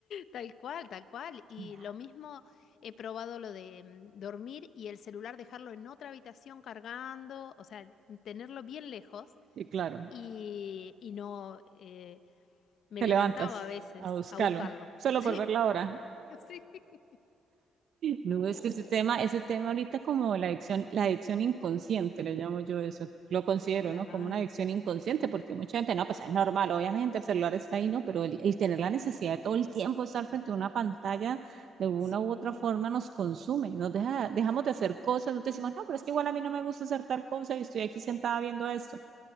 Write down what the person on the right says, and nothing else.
Claro.
Y claro,
te
levantas
a buscarlo,
solo
por ver la hora.
No, es
que ese tema, ese tema ahorita como la adicción, la adicción inconsciente, le llamo yo eso, lo considero,
¿no? Como una adicción inconsciente, porque mucha gente, no, pues es normal, obviamente el celular está ahí, ¿no? Pero el, el tener la necesidad de todo el tiempo estar frente a una pantalla de una
u otra forma nos consume, nos deja, dejamos de hacer cosas, no te decimos, no, pero es que igual a mí no me gusta hacer tal cosa y estoy aquí sentada viendo esto,